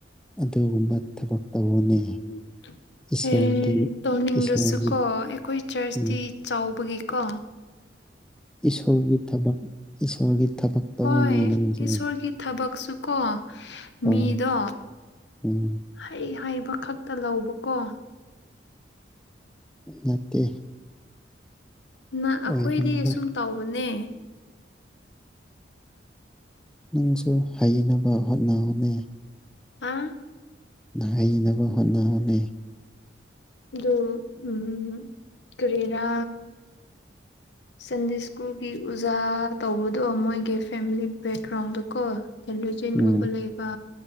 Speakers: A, in the centre; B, on the left.
A: ꯑꯗꯨꯒꯨꯝꯕ
B: <unintelligible>
A: ꯊꯕꯛ ꯇꯧꯑꯣꯅꯦ ꯏꯁꯣꯔꯒꯤ
B: ꯑꯦ ꯇꯧꯅꯤꯡꯗ꯭ꯔꯁꯨꯀꯣ
A: ꯏꯁꯣꯔꯒꯤ
B: ꯑꯩꯈꯣꯏ ꯆꯔꯆꯇꯤ
A: ꯎꯝ
B: ꯆꯥꯎꯕꯒꯤ ꯀꯣ
A: ꯏꯁꯣꯔꯒꯤ ꯊꯕꯛ ꯏꯁꯣꯔꯒꯤ ꯊꯕꯛ ꯇꯧꯕꯅꯦ
B: ꯍꯣꯏ
A: ꯅꯪꯁꯨ
B: ꯏꯁꯣꯔꯒꯤ ꯊꯕꯛꯁꯨꯀꯣ
A: ꯑꯣ
B: ꯃꯤꯗꯣ
A: ꯎꯝ
B: ꯍꯩ ꯍꯥꯏ ꯀ ꯈꯛꯇ ꯂꯧꯕꯀꯣ
A: ꯅꯠꯇꯦ
B: ꯅ ꯑꯈꯣꯏꯗꯤ
A: ꯑꯣꯏꯔꯝꯔꯣꯏ
B: ꯁꯨꯝ ꯇꯧꯕꯅꯦ
A: ꯅꯪꯁꯨ ꯍꯩꯅꯕ ꯍꯣꯠꯅꯍꯧꯅꯦ
B: ꯑꯥ
A: ꯍꯩꯅꯕ ꯍꯣꯠꯅꯧꯍꯧꯅꯦ
B: ꯑꯗꯨ ꯎꯝ ꯀꯔꯤꯔꯥ ꯁꯟꯗꯦ ꯁ꯭ꯀꯨꯜꯒꯤ ꯎꯖꯥ ꯇꯧꯕꯗꯣ ꯃꯣꯏꯒꯤ ꯐꯦꯃꯤꯂꯤ ꯕꯦꯛꯒ꯭ꯔꯥꯎꯟꯗꯣꯀꯣ ꯇꯦꯂꯨꯖꯤꯟ
A: ꯎꯝ
B: ꯒꯨꯝꯕ ꯂꯩꯕ